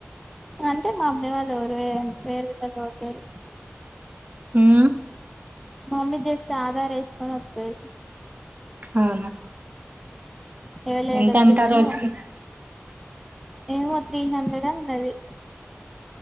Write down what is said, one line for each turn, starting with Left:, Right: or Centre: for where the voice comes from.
Centre: అంటే మా మమ్మీ వాళ్ళు వేరే దగ్గరికి పోతారు
Right: హూ
Centre: మమ్మీ జస్ట్ ఆధార వేసుకొని వత్తది
Right: అవునా
Centre: హూ లేటు
Right: ఎంత
Centre: వచ్చి
Right: అంటా
Centre: కానీ
Right: రోజుకి
Centre: ఏమో త్రీ హండ్రెడ్ డైలీ ఉంటది